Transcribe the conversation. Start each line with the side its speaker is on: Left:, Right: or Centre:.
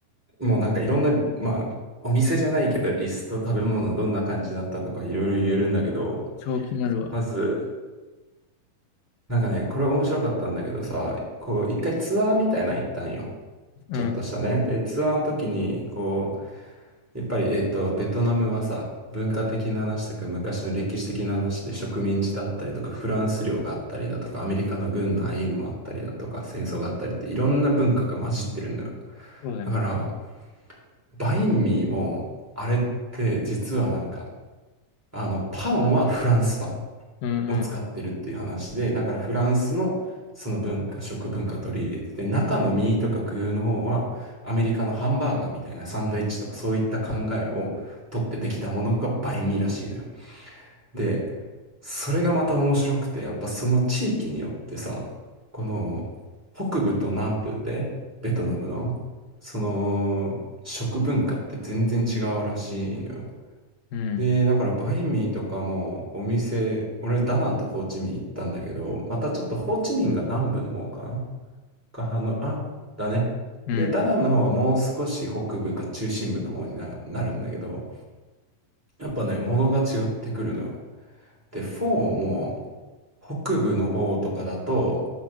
Centre: もうなんかいろんな、まあ、お店じゃないけど、リスト、食べ物どんな感じだったとかいろいろ言えるんだけど、
Left: ちゃ気になるわ。
Centre: まず、なんかね、これ面白かったんだけどさ、こう、一回ツアーみたいなの行ったんよ。
Left: うん。
Centre: ちょっとしたね。で、ツアーの時に、こう、やっぱり、えっと、ベトナムはさ、文化的な話とか昔の歴史的な話で植民地だったりとか、フランス領があったりだとか、アメリカの軍のああいうのもあったりだとか、戦争があったりっていろんな文化が混じってるのよ。
Left: そうだよね。
Centre: だから、バインミーも、あれって実はなんか、あの、パンはフランスパン。
Left: うんうん。
Centre: を使ってるっていう話で、だからフランスのその文化、食文化取り入れてて、中のミーとか具の方はアメリカのハンバーガーみたいなサンドイッチとかそういった考えを取ってできたものがバインミーらしいのよ。で、それがまた面白くて、やっぱその地域によってさ、この北部と南部でベトナムのその食文化って全然違うらしいのよ。
Left: うん。
Centre: で、だからバインミーとかもお店、俺ダナンとホーチミン行ったんだけど、またちょっとホーチミンが南部の方かなが、あの、あ、だね。
Left: うん。
Centre: で、ダナンの方はもう少し北部か中心部の方にな、なるんだけど、やっぱね、物が違ってくるのよ。で、フォーも北部の方とかだと、